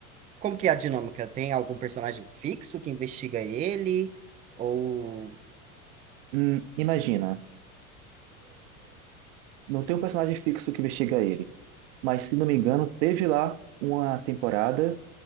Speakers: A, on the right; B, on the right.
A: Como que é a dinâmica? Tem algum personagem fixo que investiga ele? Ou.
B: Hum, imagina, não tem um personagem fixo que investiga ele. mas se não me engano, teve lá uma temporada